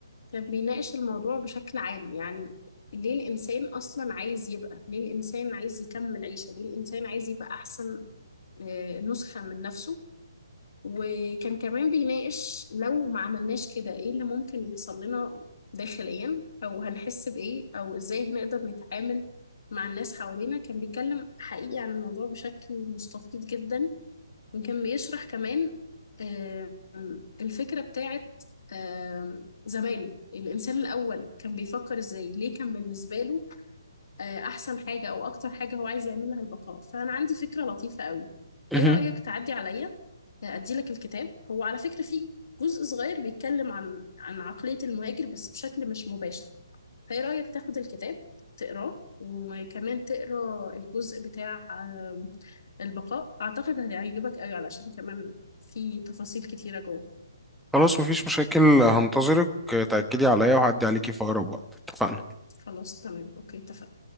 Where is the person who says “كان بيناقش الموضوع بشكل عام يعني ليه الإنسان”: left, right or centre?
Left